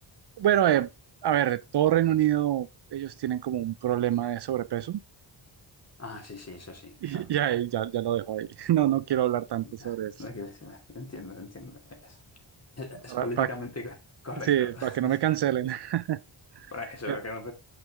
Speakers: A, on the right (about 60°); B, on the left (about 35°).
A: Bueno, eh, a ver, todo Reino Unido, ellos tienen como un problema de sobrepeso.
B: Ah, sí, sí, eso sí,
A: <laughs> Y,
B: claro.
A: y ahí ya, ya lo dejo ahí. <laughs> No, no quiero hablar tanto
B: Ya,
A: sobre eso.
B: no hay que decir- entiendo, entiendo. Es, es
A: Para,
B: políticamente
A: para que no,
B: co- correcto.
A: sí,
B: <laughs>
A: para que no me cancelen. <laughs>
B: Bueno, eso
A: Pero-
B: es que no